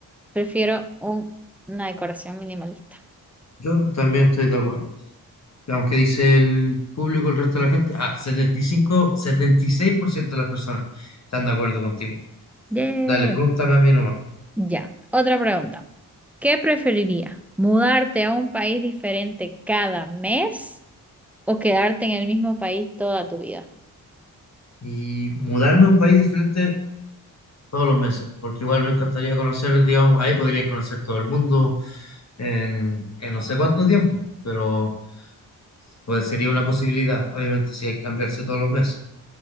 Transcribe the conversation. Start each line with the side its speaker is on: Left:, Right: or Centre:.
Centre: Prefiero un- una decoración minimalista.
Left: Yo también estoy de acuerdo. Veamos qué dice el público, el resto de la gente. Ah, setenta setenta y y cinco setenta y seis por ciento de las personas están de acuerdo contigo.
Centre: Yeah.
Left: Dale, pregúntame a mí nomás.
Centre: Ya, otra pregunta. ¿Qué preferirías? ¿Mudarte a un país diferente cada mes o quedarte en el mismo país toda tu vida?
Left: Y mudarme a un país diferente todos los meses, porque igual me encantaría conocer, digamos, ahí podríais conocer todo el mundo en, en no sé cuánto tiempo, pero pues sería una posibilidad, obviamente, si hay que cambiarse todos los meses.